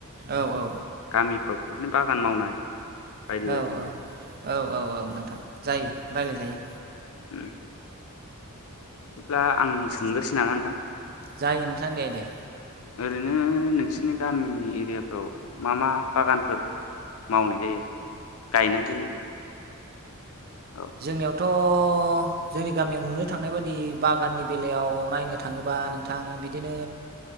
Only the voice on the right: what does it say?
औ औ
औ
औ औ औ औ नोंथां जायो रायलाय जायो।
जायो नोंथां दे दे।
जोंनियाव थ' जोंनि गामियाव नुनो थांनाय बायदि बागाननि बेलायाव नायनो थाङोबा नोंथां बिदिनो